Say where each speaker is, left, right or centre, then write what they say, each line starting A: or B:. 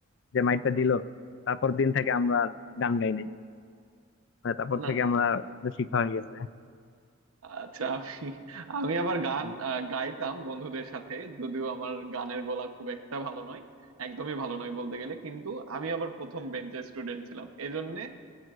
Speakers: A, on the left; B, on the right.
A: যে মাইকটা দিল তারপর দিন থেকে আমরা আর গান গাইনি মানে তারপর
B: না
A: থেকে আমরা শিক্ষা হয়ে গেছে
B: আচ্ছা আমি আমি আবার গান
A: হুম।
B: আহ, গাইতাম বন্ধুদের সাথে যদিও আমার গানের গলা খুব একটা ভালো নয় একদমই ভালো নয় বলতে গেলে কিন্তু আমি আবার প্রথম বেঞ্চের স্টুডেন্ট ছিলাম এজন্যে